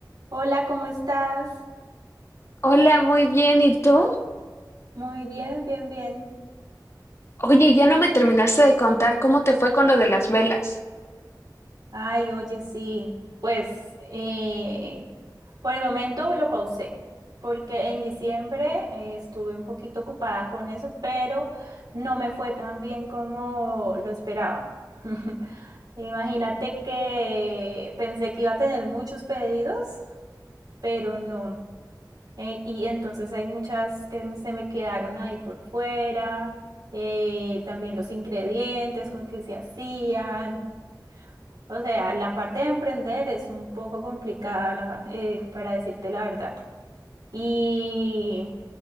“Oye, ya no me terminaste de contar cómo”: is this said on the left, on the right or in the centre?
Left